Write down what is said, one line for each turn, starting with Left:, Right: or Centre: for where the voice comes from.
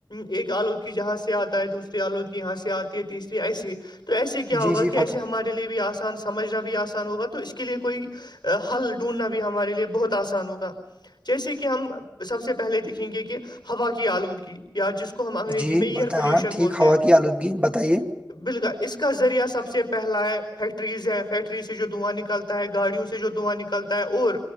Left: ایک آلودگ کی جہاں سے آتا ہے تو دوسری آلودگی یہاں سے آتی ہے تیسری ایسی ہی تو ایسے کیا
Right: جی
Left: ہوگا
Right: جی
Left: کہ ایسے
Right: فاتو
Left: ہمارے لیے بھی آسان سان سمجھنا بھی آسان ہوگا تو اس کے لیے کوئی حل ڈھونڈنا بھی ہمارے لیے بہت آسان ہوگا جیسے کہ ہم سب سے پہلے دیکھیں گے کہ ہوا کی آلودگی یا جس کو ہم انگریزی
Right: جی
Left: میں ایئر
Right: بت ہاں
Left: پلیوشن
Right: ٹھیک
Left: بولتے
Right: ہوا
Left: ہیں
Right: کی آلودگی بتا بتائیے
Left: بالکل اس کا ذریعہ سب سے پہلا ہے فیکٹریز ہے فیکٹری سے جو دواں نکلتا ہے گاڑیوں سے جو دھواں نکلتا ہے اور